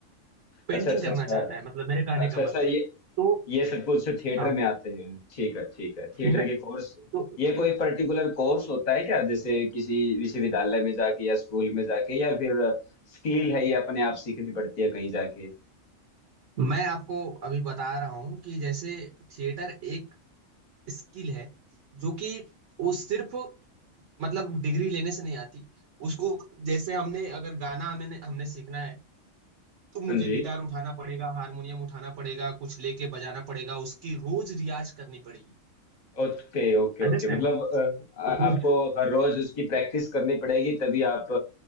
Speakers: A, on the right; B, on the left.
A: पेंटिंग
B: अच्छा अच्छा
A: करना
B: अच्छा
A: चाहता है मतलब मेरे कहने
B: अच्छा
A: का मतलब
B: अच्छा ये
A: है तो
B: ये सब कुछ थिएटर
A: हाँ
B: में आते हैं ठीक है ठीक है थिएटर
A: नहीं,
B: के कोर्स
A: तो
B: ये कोई पर्टिकुलर कोर्स होता है क्या जैसे किसी विश्वविद्यालय में जाके या स्कूल में जाके या फिर स्किल है ये अपने आप सीखनी पड़ती है कहीं जाके
A: मैं आपको अभी बता रहा हूँ कि जैसे थिएटर एक स्किल है जो कि वो सिर्फ मतलब डिग्री लेने से नहीं आती उसको जैसे हमने अगर गाना हमें हमने सीखना है तो मुझे
B: हाँ जी
A: गिटार उठाना पड़ेगा हारमोनियम उठाना पड़ेगा कुछ लेके बजाना पड़ेगा उसकी रोज रियाज करनी पड़ेगी
B: Okay okay okay
A: अंडरस्टैंड
B: मतलब अ, आ-
A: रोज
B: आपको हर रोज उसकी प्रैक्टिस करनी पड़ेगी तभी आप